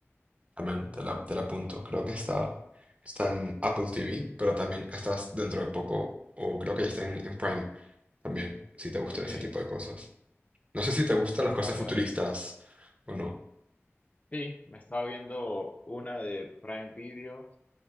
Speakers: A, on the right (about 30°); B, on the left (about 30°).
A: Amén, te la, te la apunto. Creo que está, está en Apple TV, pero también estás dentro de poco, o creo que ya está en, en Prime también, si te gustan
B: Ok,
A: ese tipo de cosas. No sé si te gustan las
B: vale,
A: cosas futuristas
B: vale.
A: o no.
B: Sí, me estaba viendo una de Prime Video,